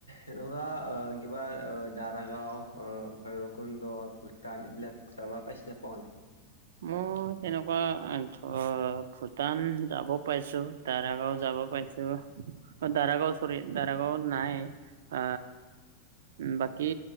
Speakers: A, on the left; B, on the right.
A: এনেকুৱা অ কিবা অ দাদা গাও অ ধৰি ল কুন্দ, ভূটান এইবিলাক চাবা পাইছিনা পাও নাই?
B: মই তেনেকুৱা আ ধৰ ভূটান যাব পাইছো দাৰাগাঁও যাব পাইছো, অ দাৰাগাঁও চৰি দাৰাগাঁও নাই। আ উম বাকী